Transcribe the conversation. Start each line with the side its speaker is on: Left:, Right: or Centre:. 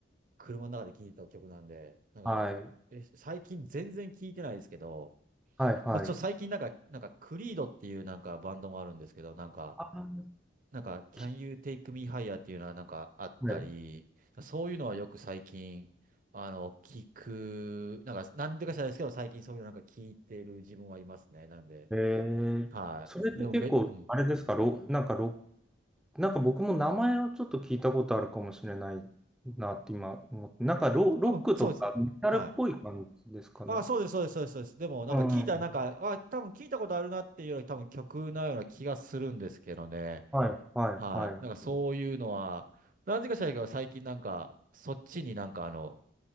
Right: 車の中で聴いた曲なんで、なんか、
Centre: はい、
Right: え最近全然聴いてないですけど、
Centre: はい、はい。
Right: まあ、ちょっと最近なんか、なんか、クリードっていうなんかバンドもあるんですけど、なんか、
Centre: あー、
Right: なんか、Can
Centre: き
Right: You Take Me Higher っていうのはなんかあったり、
Centre: はい。
Right: そういうのはよく最近、あの、聞く、なんか、なんでか知らないですけど、最近そういうのなんか聞いてる自分はいますね。なんで、
Centre: えー、
Right: はい。
Centre: それって結構、
Right: でもめ、うん。
Centre: あれですか、ロ、なんかロなんか僕も名前をちょっと聞いたことあるかもしれないなって今思って、なんかロ、ロックとかメタルっぽい感じですかね。
Right: 多分、そうです。はい。あ、そうです、そうです、そうです。そうですでも、なんか聞いたら、
Centre: うん。
Right: なんか、あ、多分聞いたことあるなっていうより、多分曲のような気がするんですけどね。
Centre: はい、はい、
Right: はい。
Centre: はい。
Right: なんかそういうのは、なぜか知らないけど、最近なんか、そっちになんかあの、